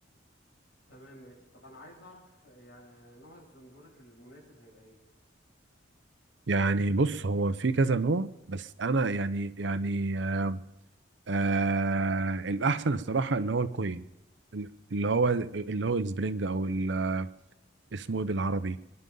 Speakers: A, on the left (about 65°); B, on the right (about 65°).
A: تمام ماشي طب انا عايز اعرف يعني نوع الزنبورك المناسب هيبقى ايه
B: يعني بص هو في كذا نوع بس انا يعني يعني آه آه الاحسن الصراحه اللي هو الكوين اللي هو اللي هو السبرينج او ال- اسمه ايه بالعربي